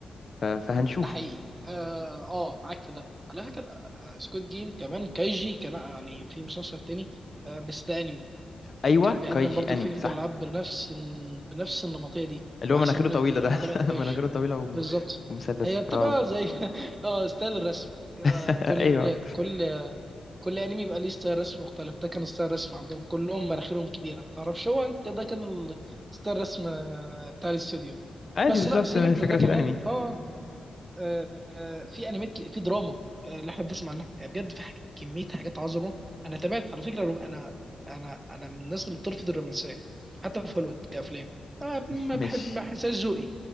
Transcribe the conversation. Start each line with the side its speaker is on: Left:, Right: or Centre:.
Left: ف... فهنشوف
Right: ده حقيقي اه آه، معاك في ده على فكرة آه، سكوت جيم كمان كايجي كان يعني في مسلسل تاني آه، بس ده انمي
Left: ايوه
Right: كان بيقدم
Left: كايجي
Right: برضو
Left: انمي
Right: فكرة
Left: صح
Right: الألعاب بنفس بنفس النمطية دي
Left: اللي
Right: وأحسن
Left: هو مناخيره
Right: منه
Left: طويلة
Right: كتير
Left: ده <laughs>
Right: أنا تابعت كايجي
Left: مناخيره طويلة وم...
Right: بالظبط
Left: ومثلثة
Right: هي بتبقى
Left: اه
Right: زي <laughs> اه ستايل الرسم بيبقى
Left: <laughs>
Right: كل
Left: ايوه
Right: كل كل انمي بيبقى ليه ستايل رسم مختلف ده كان ستايل رسم عندهم كلهم مراخيرهم كبيرة ما تعرفش هو ده كان ال- ستايل رسم آه، بتاع الاستوديو
Left: عادي
Right: بس
Left: بالظبط
Right: لا سيبك
Left: الفكرة
Right: من ده كمان
Left: في الانمي
Right: اه آه، في انميات ك- في دراما آه، اللي احنا بنسمع عنها يعني بجد في حاجة كميه حاجات عظمه انا تابعت على فكره الروم- انا انا انا من الناس اللي بترفض الرومانسيه حتى في هوليوود كافلام انا ما
Left: مش
Right: بحب ما بحسهاش ذوقي